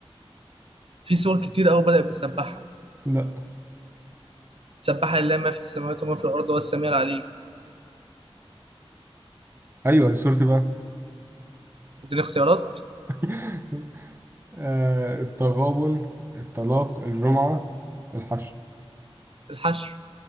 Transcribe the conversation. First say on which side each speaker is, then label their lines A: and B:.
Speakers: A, on the right; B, on the right.
A: في سور كتير قوي بدأت بسبحها
B: لا
A: سبح لله ما في السماوات وما في الارض والسميع العليم
B: ايوه السورة دي سورتي
A: اديني اختيارات
B: بقى <laughs> آه التغابن الطلاق الجمعة الحشر
A: الحشو